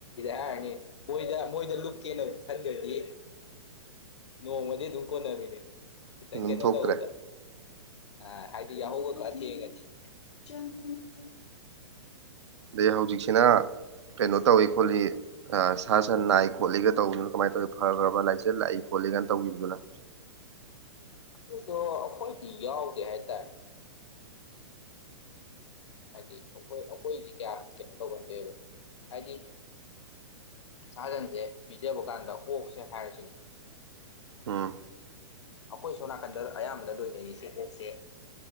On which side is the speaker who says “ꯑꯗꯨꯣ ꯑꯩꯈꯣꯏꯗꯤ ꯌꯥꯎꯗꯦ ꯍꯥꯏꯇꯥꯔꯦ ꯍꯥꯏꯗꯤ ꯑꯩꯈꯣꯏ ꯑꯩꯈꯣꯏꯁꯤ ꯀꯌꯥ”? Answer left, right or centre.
Left